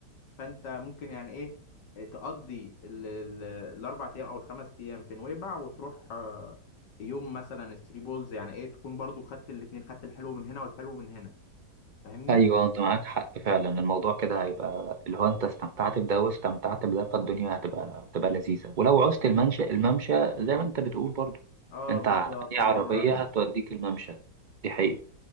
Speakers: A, on the left; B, on the right.
A: فانت ممكن يعني ايه آه، تقضي ال- ال- الاربع ايام او الخمس ايام في نويبع وتروح آه، يوم مثلا ثري بولز يعني ايه تكون برضو خدت الاتنين خدت الحلو من هنا والحلو من هنا فاهمني
B: ايوه انت معاك حق فعلا الموضوع كده هيبقى اللي هو انت استمتعت بده واستمتعت بده فالدنيا هتبقى هتبقى لذيذه ولو عوزت الممشى الممشى زي ما انت بتقول برضو
A: اه
B: انت
A: بالظبط
B: اي
A: الله
B: عربيه
A: ينور عليك
B: هتوديك الممشى دي حقيقة